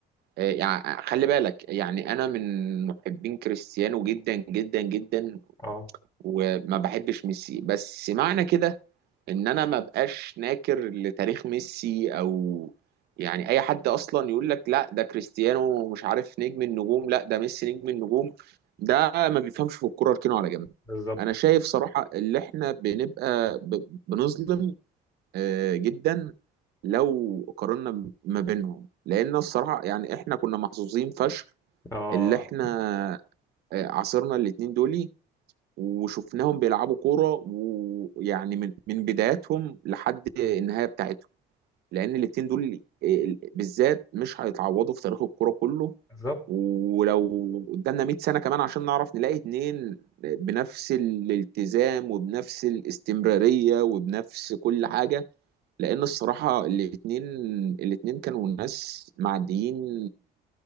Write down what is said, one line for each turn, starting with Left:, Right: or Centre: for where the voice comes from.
Right: آه، يعني خلي بالك يعني انا من محبين كريستيانو جدا جدا جدا
Left: اه
Right: وما بحبش ميسي بس معنى كده ان انا ما بقاش ناكر لتاريخ ميسي او يعني اي حد اصلا يقول لك لا ده كريستيانو مش عارف نجم النجوم لا ده ميسي نجم النجوم ده ما بيفهمش في الكوره اركنه على جنب
Left: بالظبط
Right: انا شايف صراحه اللي احنا بنبقى ب- بنظلم آه، جدا لو قارنا ما بينهم لان الصراحه يعني احنا كنا محظوظين فشخ
Left: اه
Right: اللي احنا آه، عاصرنا الاتنين دول وشفناهم بيلعبوا كورة ويعني من من بداياتهم لحد النهاية بتاعتهم لأن الاتنين دول ال- بالذات مش هيتعوضوا في تاريخ الكورة كله
Left: بالظبط
Right: ولو قدامنا 100 سنة كمان عشان نعرف نلاقي اتنين بنفس الالتزام وبنفس الاستمرارية وبنفس كل حاجة لأن الصراحة الاتنين الاتنين كانوا ناس معديين